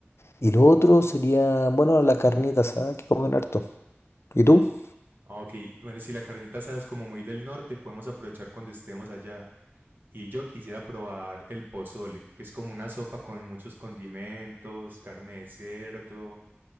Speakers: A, on the left; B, on the right.
A: Y lo otro sería, bueno, la carnita asada que comen harto. ¿Y tú?
B: Ah, Ok, bueno, si la carnita asada es como muy del norte, podemos aprovechar cuando estemos allá. Y yo quisiera probar el pozole, que es como una sopa con muchos condimentos, carne de cerdo,